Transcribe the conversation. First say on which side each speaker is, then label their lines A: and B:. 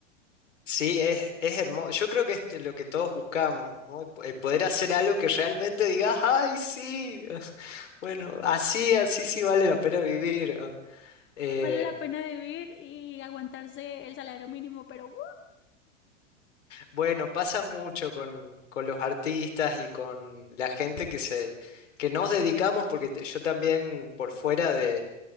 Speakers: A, on the left; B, on the left.
A: Sí, es, es hermoso. Yo creo que es lo que todos buscamos, ¿no? Eh, Poder hacer algo que realmente digas, ay, sí, <laughs> bueno, así, así sí vale la pena vivir. Eh,
B: Vale la pena vivir y aguantarse el salario mínimo, pero ¡uh!
A: bueno, pasa mucho con, con los artistas y con la gente que se, que nos dedicamos, porque te- yo también por fuera de